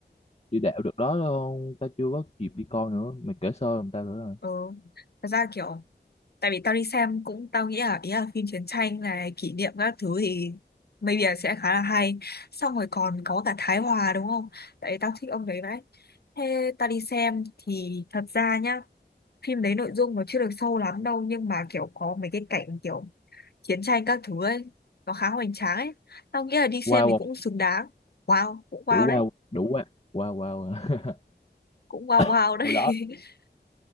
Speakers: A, on the left (about 35°); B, on the left (about 60°).
A: đi đạo được đó không? tao chưa có kịp đi coi nữa mày kể sơ làm tao nữa rồi
B: Ừ. Thật ra kiểu tại vì tao đi xem cũng tao nghĩ là ý là phim chiến tranh này kỷ niệm các thứ thì maybe là sẽ khá là hay. Xong rồi còn có cả Thái Hòa đúng không? Tại vì tao thích ông đấy vậy. Thế tao đi xem thì thật ra nhá, phim đấy nội dung nó chưa được sâu lắm đâu nhưng mà kiểu có mấy cái cảnh kiểu chiến tranh các thứ ấy nó khá hoành tráng ấy. Tao nghĩ là đi xem
A: wow
B: thì
A: không
B: cũng xứng đáng. Wow, cũng wow
A: đủ
B: đấy,
A: wow đủ wow wow wow à.
B: cũng wow wow
A: <laughs>
B: đấy.
A: hồi đó
B: <laughs>